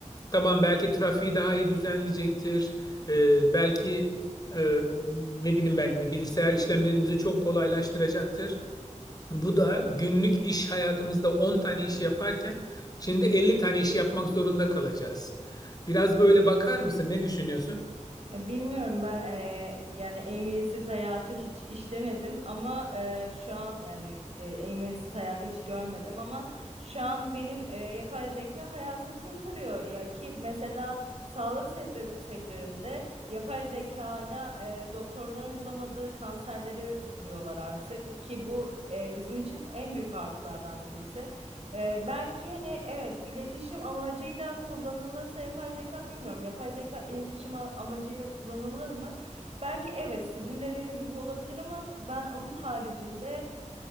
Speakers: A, on the left; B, on the right.
A: tamam belki trafiği daha iyi düzenleyecektir. E, belki e, ne bileyim ben bilgisayar işlemlerimizi çok kolaylaştıracaktır. Bu da günlük iş hayatımızda 10 tane iş yaparken şimdi 50 tane iş yapmak zorunda kalacağız. Biraz böyle bakar mısın? Ne düşünüyorsun?
B: Ya bilmiyorum ben eee, yani e-mailsiz hayatı hiç işlemedim ama eee, şu an yani eee, e-mailsiz hayatı hiç görmedim ama şu an benim eee, yapay zeka hayatımı kurtarıyor ya ki mesela sağlık sektör- sektöründe yapay zeka ile doktorların bulamadığı kanserleri buluyorlar artık ki bu eee, bizim için en büyük artılardan birisi. Ee, belki hani evet iletişim amacıyla kullanılırsa yapay zeka bilmiyorum. Yapay zeka iletişim a- amacıyla kullanılır mı? Belki evet sizin dediğiniz gibi olabilir ama ben onun haricinde